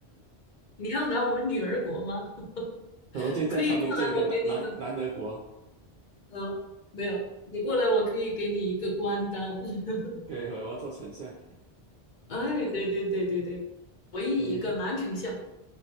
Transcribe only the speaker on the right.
<laughs> 我就在旁边建了个南南南德国，
可以，我要做丞相，
嗯，